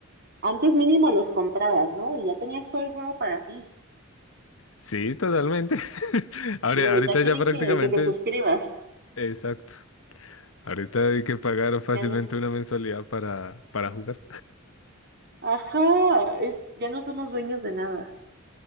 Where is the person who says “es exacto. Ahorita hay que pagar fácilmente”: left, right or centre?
Left